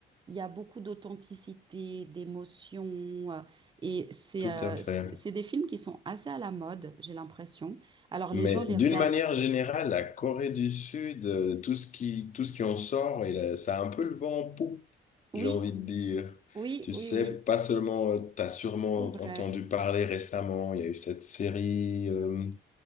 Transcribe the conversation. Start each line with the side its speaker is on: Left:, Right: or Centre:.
Right: il y a beaucoup d'authenticité, d'émotion, euh, et c'est
Left: tout
Right: euh,
Left: à fait.
Right: c'est c'est des films qui sont assez à la mode, j'ai l'impression. Alors,
Left: Mais
Right: les gens les
Left: d'une
Right: regardent.
Left: manière générale, la Corée du Sud, euh, tout ce qui, tout ce qui en sort, il a- ça a un peu le vent en poupe,
Right: Oui,
Left: j'ai envie de dire.
Right: oui,
Left: Tu
Right: oui,
Left: sais,
Right: oui.
Left: pas seulement, tu as sûrement
Right: C'est vrai.
Left: entendu parler récemment, il y a eu cette série euh,